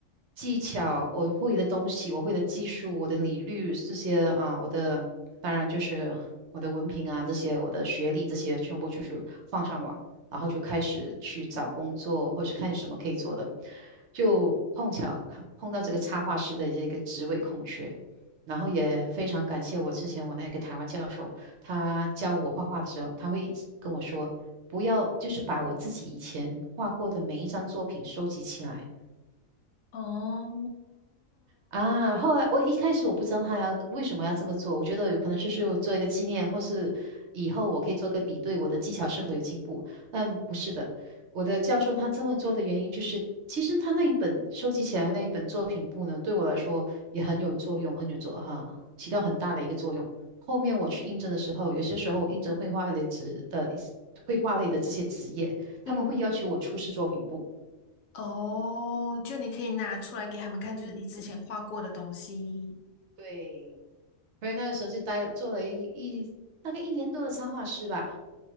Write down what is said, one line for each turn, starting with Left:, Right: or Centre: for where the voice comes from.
Right: 技巧，我会的东西，我会的技术，我的理律这些啊，我的当然就是我的文凭啊，这些我的学历这些全部就是放上网，然后就开始去找工作，或是看什么可以做的，就碰巧看碰到这个插画师的这个职位空缺，然后也非常感谢我之前我那个台湾教授，他教我画画的时候，他会一直跟我说。不要，就是把我自己以前画过的每一张作品收集起来，
Left: 哦，
Right: 啊，后来我一开始我不知道他要为什么要这么做，我觉得有可能就是做一个纪念，或是以后我可以做个比对，我的技巧是否有进步。但不是的，我的教授他这么做的原因就是，其实他那一本收集起来那一本作品簿呢，对我来说也很有作用，很有作哈，起到很大的一个作用。后面我去应征的时候，有些时候我应征绘画类职的一些绘画类的这些职业，
Left: 嗯
Right: 他们会要求我出示作品簿。
Left: 哦，就你可以拿出来给他们看，
Right: 嗯，
Left: 就是你之前画过的东西。
Right: 对，所以那个时候就待做了一一大概一年多的插画师吧。